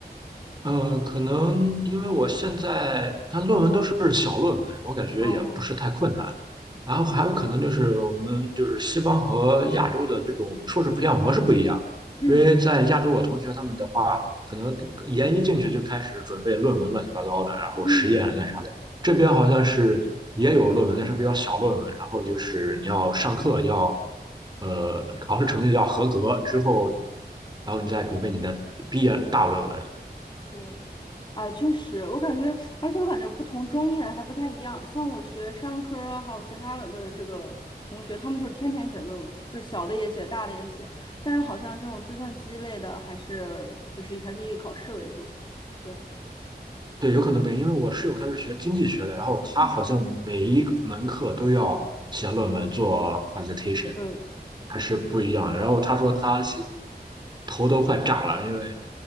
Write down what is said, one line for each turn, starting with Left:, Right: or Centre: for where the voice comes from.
Right: 嗯，可能因为我现在他论文都是小论文，我感觉也不是太困难。
Left: 哦，
Right: 然后还有可能就是我们就是西方和亚洲的这种硕士培养模式不一样，
Left: 嗯，嗯。
Right: 因为在亚洲我同学他们的话，可能研一进去就开始准备论文乱七八糟的，然后实验干啥的。
Left: 嗯，
Right: 这边好像是也有论文，
Left: 对
Right: 但是比较小论文，然后就是你要上课，要呃考试成绩要合格之后，然后你再准备你的毕业大论文。
Left: 对，啊，确实，我感觉，而且我感觉不同专业还不太一样。像我学商科儿还有其他的这个同学，他们就是天天写论文，就是小的也写，大的也写。但是好像这种计算机类的，还是就是还是以考试为主。对，
Right: 对，有可能不一样，因为我室友他是学经济学的，然后他好像每一个门课都要写论文做
Left: 嗯，
Right: presentation，
Left: 对对是，
Right: 还是不一样的。然后他说他是头都快炸了，因为